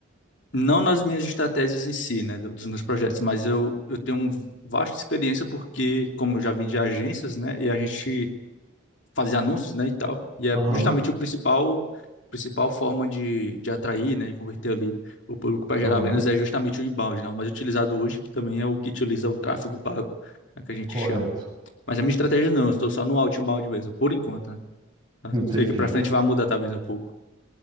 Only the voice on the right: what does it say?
Aham,
aham,
correto.
Entendi.